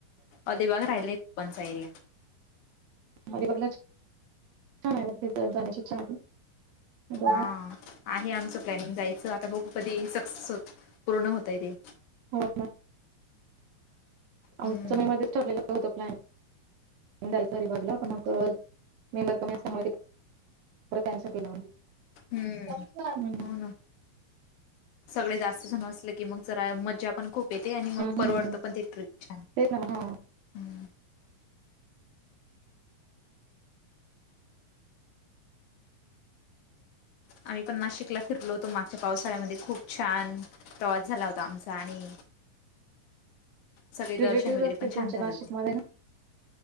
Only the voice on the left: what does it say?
अलिबाग राहिले पणचा एरिया.
हां, आहे आमचं प्लॅनिंग जायचं आता बघू कधी सक्सेस पूर्ण होतय ते.
हम्म
हम्म
हो ना. सगळे जास्त जण असलं की मग जरा मज्जा पण खूप येते आणि मग परवडतं
पण ते ट्रीप छान.
हम्म आम्ही पण नाशिकला फिरलो होतो मागच्या पावसाळ्यामध्ये. खूप छान प्रवास झाला होता आमचा. आणि सगळे
दर्शन वगैरे
पण छान
झालं
होतं.